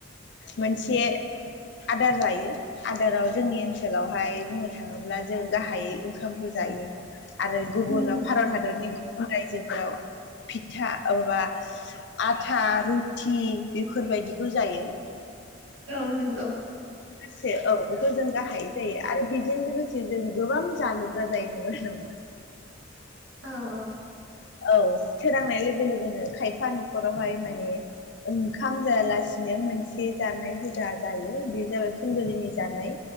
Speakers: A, on the left (about 60°); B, on the right (about 75°).
A: मोनसे आदार जायो। आदाराव जोंनि ओनसोलावहाय बुंनो थाङोब्ला जों गाहायै ओंखामखौ जायो। आरो गुबुन
B: उम उम
A: भारत हादरनि गुबुन रायजोफोराव फिथा माबा आथा रुटि बेफोरबायदिखौ जायो।
B: औ नोंगौ।
A: से औ बेखौ जों गाहायै जायो आरो बिजों लोगोसे जों गोबां जालुग्रा जायो नंगौना नङा?
B: औ औ।
A: औ सोरांनाय लोगो लोगोनो खायफा न'खरावहाय माने ओंखाम जायालासिनो मोनसे जानाय हुदा जायो बे जाबाय फुंबिलिनि जानाय।